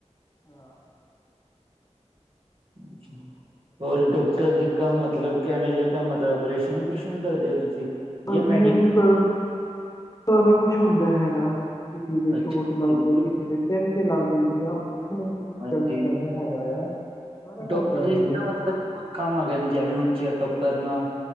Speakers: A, on the left (about 25°); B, on the right (about 50°).
A: ਹਾਂ!
B: ਅੱਛਾ! ਹੋਰ ਡਾਕਟਰ ਦੇ ਕੰਮ ਮਤਲਬ ਕਿਵੇਂ ਜਿਹਾ ਕੰਮ ਮਤਲਬ ਆਪਓਰੇਸ਼ਨ ਓਪਰੇਸ਼ਨ ਕਰਦੇ ਹੋ ਤੁਸੀਂ?
A: ਹਾਂਜੀ!
B: ਯ ਮੈਡੀਕਲ
A: ਹਾਂਜੀ! ਸਰ ਸਾਰਾ ਕੁਛ ਹੁੰਦਾ ਹੈਗਾ ਕਿਸੇ ਦੇ
B: ਅੱਛਾ
A: ਚੋਟ ਲੱਗ- ਲੱਗੁ
B: ਬਿਲਕੁਲ
A: ਗਈ ਕਿਸੇ ਦੇ ਸਿਰ ਤੇ ਲੱਗ ਜਾਂਦੀ ਆ ਆਪਓਰੇਸ਼ਨ- ਉਓਪਰੇਸ਼ਨ
B: ਹਾਂਜੀ
A: ਕਰਨਾ ਪੈਂਦਾ ਹੈਗਾ ਆ
B: ਡਾਕਟਰ
A: ਕੰਮ ਕਰ ਲੈਂਦੇ
B: ਵਿੱਚ ਨਾ
A: ਹੈ
B: ਮਤਲਬ ਬਹੁਤ ਕੰਮ ਹੈਗੇ ਨੇ ਜੈਵੇ ਹੁਨ ਚੈਕਅਪ ਕਰਨਾ